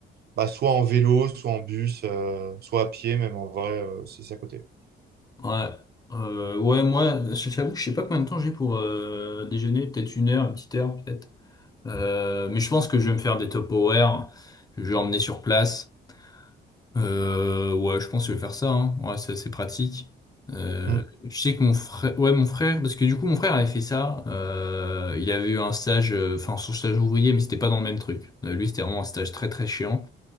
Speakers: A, on the right; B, on the left.
A: bah, soit en vélo, soit en bus, euh, soit à pied, même en vrai, euh, c'est c'est à côté.
B: ouais. Euh, ouais, moi, je- j'avoue, que je sais pas combien de temps j'ai pour euh, déjeuner. Peut-être une heure, une petite heure, peut-être. Euh, mais je pense que je vais me faire des top horaires. Je vais emmener sur place. Euh, ouais, je pense que je vais faire ça. Hein. Ouais, c'est assez pratique. Euh,
A: Hmm.
B: je sais que mon frère, ouais, mon frère, parce que du coup, mon frère avait fait ça. Euh, il avait eu un stage, euh, enfin, son stage ouvrier, mais c'était pas dans le même truc. Euh, lui, c'était vraiment un stage très très chiant.